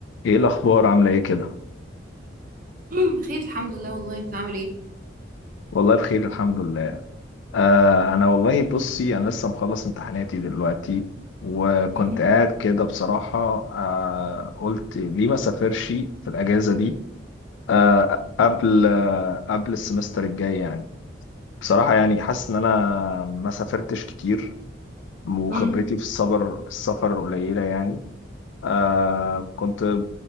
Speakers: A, on the left; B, on the right.
A: ايه الاخبار عامله ايه كده
B: مم، خير الحمد لله والله انت عامل ايه
A: والله بخير الحمد لله آه انا والله بصي انا لسه مخلص امتحاناتي دلوقتي وكنت
B: مم،
A: قاعد كده بصراحه آه قلت ليه ما سافرش في الاجازه دي آه قبل آه قبل السمستر الجاي يعني بصراحه يعني حاسس ان انا ما سافرتش كتير وخبرتي
B: مم.
A: في السفر في السفر قليله يعني آه كنت